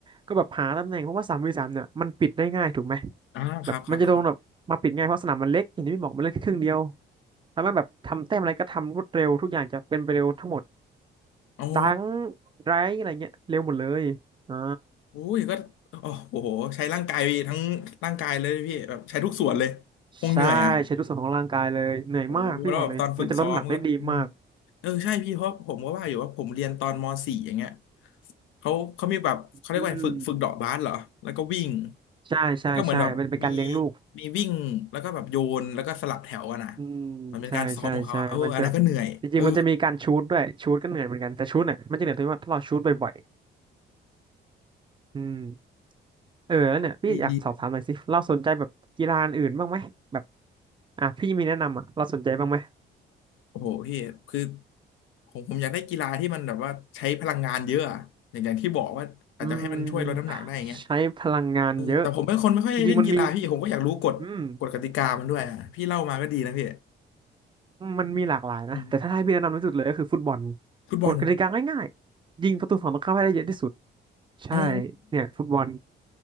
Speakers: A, on the right (about 25°); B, on the left (about 85°).
A: ก็แบบหาตำแหน่งเพราะว่าสามวีสามเนี่ยมันปิดได้ง่ายถูกไหม
B: อ่าครับครับครับ
A: แบบมันจะโดนแบบมาปิดง่ายเพราะสนามมันเล็กอย่างที่พี่บอกมันเล่นแค่ครึ่งเดียวทำให้แบบทำแต้มอะไรก็ทำรวดเร็วทุกอย่างจะเป็นไปเร็วทั้งหมด
B: โอ้
A: ดังไรอะไรเงี้ยเร็วหมดเลยอ่า
B: โอ้ยก็โอ้โหใช้ร่างกายทั้งร่างกายเลยพี่แบบใช้ทุกส่วนเลย คงเหนื่อยอ่ะ
A: ใช่ใช้ทุกส่วนของร่างกายเลยเหนื่อยมากพี่บอกเลยมันจะลดน้ำหนักได้ดีมาก
B: โอ้แล้วแบบตอนฝึกซ้อมก็อืมเออใช่พี่เพราะผมก็ว่าอยู่ว่าผมเรียนตอนมสี่อย่างเงี้ยเขาเขามีแบบเขาเรียกว่าฝึกฝึกเดาะบาสเหรอแล้วก็วิ่ง
A: อืมใช่ใช่ใช่มันเป็นการเลี้ยงลูก
B: แล้วก็เหมือนแบบมีมีวิ่งแล้วก็แบบโยนแล้วก็สลับแถวอะนะ
A: อืมใช่ใช่ใช่มันจะแบบจริงๆมันจะมีการชูตด้วยชูตก็เหนื่อยเหมือนกันแต่ชูตเนี่ยมันจะเหนื่อยตรงที่ว่าถ้าเราชูตบ่อย
B: มันเป็นการซ้อมของเขาอะเอออันนั้นก็เหนื่อยเออ
A: ๆอืมเออแล้วเนี่ยพี่อยากสอบถามหน่อยสิเราสนใจแบบกีฬาอื่นบ้างไหมแบบ
B: ดีดี
A: อ่ะพี่มีแนะนำอ่ะเราสนใจบ้างไหม
B: โอ้โหพี่คือผมผมอยากได้กีฬาที่มันแบบว่าใช้พลังงานเยอะอะอย่างอย่างที่บอกว่าอาจจะให้มันช่วยลดน้ำหนักได้อย่างเงี้ย
A: อืมใช้พลังงานเยอะ
B: เออแต่ผมเป็นคนไม่ค่อยเล่นกีฬาพี่ผมก็อยากรู้กฎกฎกติกามันด้วยอ่ะพี่เล่ามาก็ดีนะพี่
A: จริงๆมันมีอืม มันมีหลากหลายนะแต่ถ้าให้พี่แนะนำที่สุดเลยก็คือฟุตบอล
B: อืมฟุตบอล
A: กฎกติกาง่ายๆยิงประตูฝั่งตรงข้ามให้ได้เยอะที่สุดใช่
B: อ๋อ
A: เนี่ยฟุตบอล